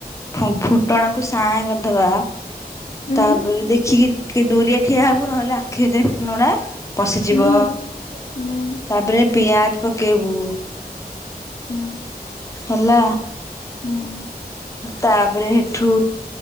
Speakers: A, on the left (about 20°); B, on the left (about 50°).
A: ଫୁଁ ଫୁଟଣକୁ ସାଏଁ କରିଦବା
B: ହୁଁ
A: ତାପରେ ଦେଖିକି ଟିକେ ଦୂରିଆ ଠିଆ ହବୁ ନହେଲେ ଆଖି ଦେପ୍ ନୁଡ଼େ ପଶିଯିବ
B: ଉଁ ହୁଁ ହୁଁ
A: ତାପରେ ପିଆଜ୍ ପକେଇବୁ
B: ହୁଁ
A: ହେଲା?
B: ହୁଁ।
A: ତାପରେ ହେଠୁ